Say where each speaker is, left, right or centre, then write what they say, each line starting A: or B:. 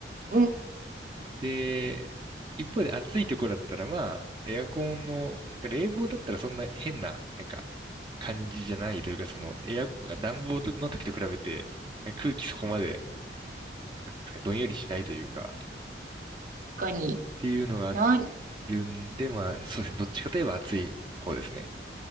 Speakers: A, on the right; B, on the right.
A: うん、
B: で、一方で暑いところだったら、まあ、エアコンの、なんか冷房だったらそんな変な、なんか、感じじゃないというか、その、エア、暖房の時と比べて、なんか空気そこまで、なんですかねどんよりしないというか、
A: かに。
B: っていうのがあ
A: なん、
B: るんで、まあ、そうですね、どっちかといえば暑い方ですね。